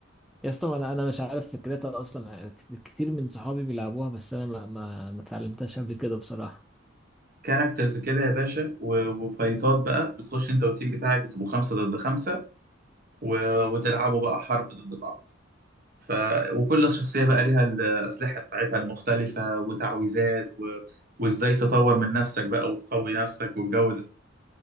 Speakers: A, in the centre; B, on the right (about 45°).
A: يا اسطى ما انا انا مش عارف فكرتها اصلا كتير من صحابي بيلعبوها بس انا ما ما ما اتعلمتهاش قبل كده بصراحة
B: كاركترز كده يا باشا و- وفايتات بقى بتخش انت والتيم بتاعك بتبقوا خمسة ضد خمسة و... وتلعبوا بقى حرب ضد بعض ف... وكل شخصية بقى ليها الأسلحة بتاعتها المختلفة وتعويذات و... وازاي تطور من نفسك بقى وتقوي نفسك والجو ده